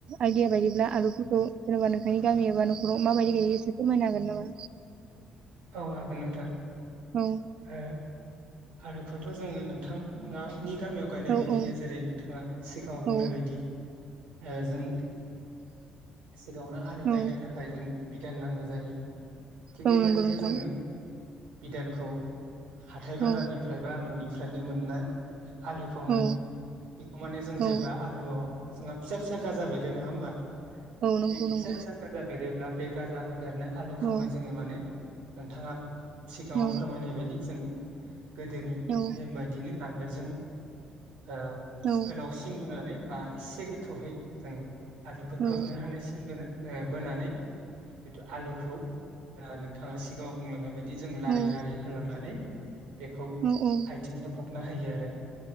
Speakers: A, on the right; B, on the right.
A: आइदिया बायदिब्ला आलुफोरखौ जेन'बा नोंथांनि गामि एबा न'खराव माबायदि गायो फोरमायनो हागोन नामा?
B: औ हागोन नोंथां।
A: औ
B: हा। आलुखौथ' जोङो नोंथांया नि। गामियाव गायनाय
A: औ
B: बायदिनो
A: औ
B: जेरै नोंथाङा सिगाङाव बुंनाय
A: औ
B: बायदि ओ जों। सिगाङावनो आलु गायनो
A: औ
B: थाखाय जों बिदान नांगौ जायो थिग
A: औ
B: बेबादिनो
A: नंगौ नोंथां
B: जोङो बिदानखौ हाथाय बाजारनिफ्राय
A: औ
B: बा न'निफ्राय फ्रायनो मोननाय आलुखौनो
A: औ
B: बेखौ माने जों
A: औ
B: जेब्ला आलुआव जोंहा फिसा फिसा गाजा बेरो नङा होमबा।
A: औ नंगौ
B: बे फिसा
A: नंगौ
B: फिसा खादा बेरो। अब्ला बे गाजा। बेरनाय आलुखौनो
A: औ
B: जोङो माने। नोंथाङा। सिगाङाव
A: औ
B: फोरमायनाय बायदि जों। गोदोनि
A: औ
B: नेम बायदिनो ना बेजों। ओ
A: औ
B: गोलावसिन बोनानै बा इसे गो थौहै जों हाजोफोरखौ
A: औ
B: थिग बेनो बोनानै बेथु आलुखौ ओ नोंथाङा सिगाङाव बुंलांनाय बायदि बिदि जों लारि
A: औ
B: लारि होलांनानै बेखौ
A: औ औ
B: आथिंबो फब ना होयो आरो।